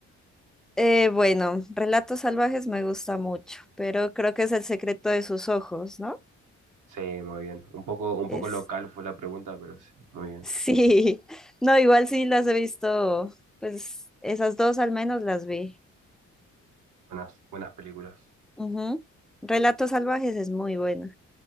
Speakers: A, in the centre; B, on the right.
A: Eh, bueno, Relatos Salvajes me gusta mucho, pero creo que es El secreto de sus ojos, ¿no?
B: Sí, muy bien. Un poco, un
A: Es...
B: poco local fue la pregunta, pero sí, muy bien.
A: Sí, <laughs> no, igual sí las he visto, pues esas dos al menos las vi.
B: Buenas, buenas películas.
A: Ujú. Relatos salvajes es muy buena.